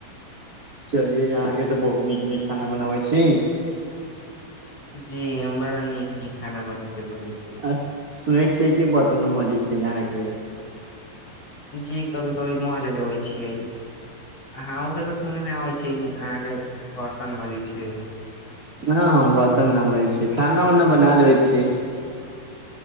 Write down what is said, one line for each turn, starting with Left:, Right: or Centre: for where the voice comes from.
Right: चलिये यहाँ के तऽ बहुत नीक नीक खाना बनाबै छी
Left: जी हम बड़ा नीक नीक खाना बनेबे क रै छिय
Right: आ सुनै छियै कि बतनो मजै छियै अहाँ के
Left: जी कभी कभी माज लेबे छियै आहु के त सुनने मे आबै ठीक अहाँ के बर्तन मजै छीयै
Right: यहाँ हम बर्सन न माजै छीयै खाना उना बना लेबै छीयै